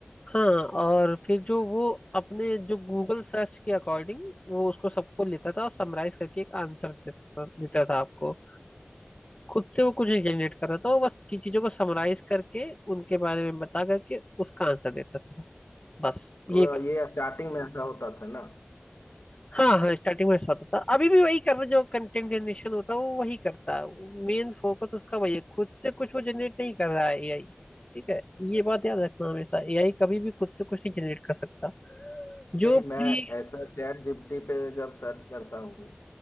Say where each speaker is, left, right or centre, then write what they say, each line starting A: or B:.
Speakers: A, on the left; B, on the left.
A: हाँ और फिर जो वो अपने जो गूगल सर्च के अकॉर्डिंग वो उसको सबको लेता था और समराइज करके एक आंसर देता था देता था आपको खुद से वो कुछ नहीं जनरेट कर रहा था वो बस की चीजों को समराइज करके उनके बारे में बता करके उसका आंसर देता था बस ये
B: और ये स्टार्टिंग में ऐसा होता था ना
A: हाँ हाँ स्टार्टिंग में साथ होता था, अभी भी वही कर रहा है, जो कंटेंट जनरेशन होता है वो वही करता है मेन फोकस उसका वही है खुद से कुछ वो जनरेट नहीं कर रहा है एआई ठीक है ये बात याद रखना हमेशा एआई कभी भी खुद से कुछ नहीं जनरेट कर सकता जो
B: नहीं
A: प्री
B: मैं ऐसा चैट जीपीटी पे जब सर्च करता हूँ